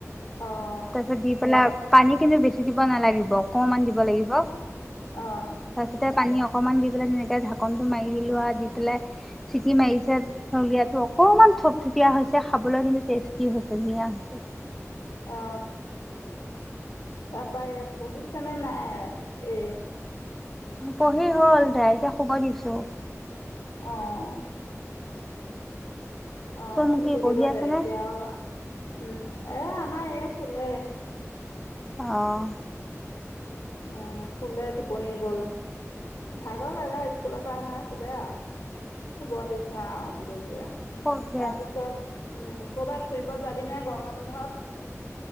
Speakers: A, on the left (about 80°); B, in the centre.
A: অ',
B: তা পিছত দী পলায় পানী কিন্তু বেছি দিব নালাগিব, অকমান দিব লাগিব
A: অঁ।
B: তাৰপিছতে পানী অকমান দি পেলাই ধুনীয়াকে ঢাকনটো মাৰি দিলো আৰু, দি পেলাই চেটি মাৰিছে চলিয়টো অকমান থপথপীয়া হৈছে খাবলৈ কিন্ত টেষ্টি হৈছে, ধুন
A: অ তাৰাপৰা পঢ়িছনে নাই, এ'?
B: পঢ়ি হ'ল ডাইৰতিয়া শুবৰ দিছো।
A: অঁ। অঁ,
B: চুমকি
A: শুই থাকিব
B: পঢ়ি আছেনে?
A: দে। এতিয়া আৰু, উম' এ'আমাৰ এই সোলে।
B: আহঁ।
A: উম খুলে টোপনি গ'ল। ভাগৰ লাগে, স্কুলৰ পৰা আহা খুলে আৰু, শুব দিছো আৰু বোলো এতিয়া।
B: শুৱক দে।
A: তাৰ পিছত, উম' ক'ৰবাত ফুৰিব যাবিনে গৰ বন্ধত?